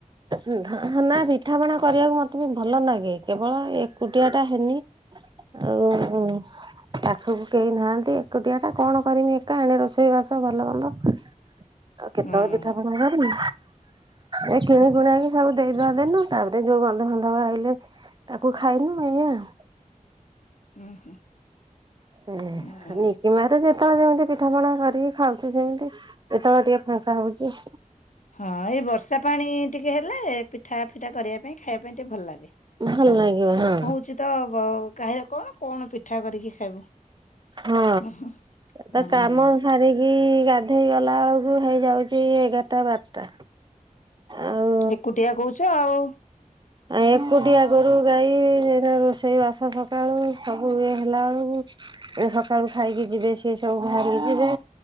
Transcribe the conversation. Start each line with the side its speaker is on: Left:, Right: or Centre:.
Right: ଉଁ ନାଁ ପିଠା ପଣା କରିବାକୁ ମତେ ବି ଭଲ ଲାଗେ। କେବଳ ଏକୁଟିଆଟା ହେନି, ଆଉ ପାଖକୁ କେହିନାହାଁନ୍ତି ଏକୁଟିଆଟା କଣ କରିମି ଏକା, ଏଣେ ରୋଷେଇ ବାସ ଭଲ ମନ୍ଦ ହ <inaudible> ଆଉ କେତେବେଳେ
Left: ହୁଁ।
Right: ପିଠା ପଣା କରିବି, ଏ କିଣି କୁଣା କି ସବୁ ଦେଇଦବା ଦେନୁ ତାପରେ ଯୋଉ ବନ୍ଧୁବାନ୍ଧବ ଆଇଲେ, ତାକୁ ଖାଇନୁ ଏଇଆ ଆଉ।
Left: ଉଁ ହୁଁ
Right: ଏ ନିିକିମାରେ
Left: ହୁଁ।
Right: ଯେତେ ଯେତେବେଳେ ଯେମିତି ପିଠା ପଣା କରିକି ଖାଉଛୁ ସେମତି, ଯେତେବେଳେ ଟିକେ ଫାଙ୍କା ହଉଛି।
Left: ହଁ ଏଇ ବର୍ଷା ପାଣି ଟିକେ ହେଲେ, ପିଠା ଫିଠା କରିବା ପାଇଁ ଖାଇବା ପାଇଁ ଟିକେ ଭଲ ଲାଗେ।
Right: ଭଲ ନାଗିବ ହଁ।
Left: ସିଏ ତ ବ କାହିଁରେ କଣ, କଣ ପିଠା କରିକି ଖାଇବୁ?
Right: ହଁ।
Left: ଉଁ ହୁଁ
Right: ତା
Left: ହଁ
Right: କାମ ସାରିକି ଗାଧେଇ ଗଲାବେଳକୁ ହେଇଯାଉଛି ଏଗାରଟା, ବାରଟା। ଆଉ
Left: ଏକୁଟିଆ କହୁଛ ଆଉ।
Right: ଆଉ ଏକୁଟିଆ ଗୋରୁ, ଗାଈ, ଏଇରା ରୋଷେଇବାସ ସକାଳୁ ସବୁ ଇଏ ହେଲାବେଳକୁ ଇଏ ସକାଳୁକୁ ଖାଇକି ଯିବେ, ସିଏ ସବୁ ବାହାରିକି ଯିବେ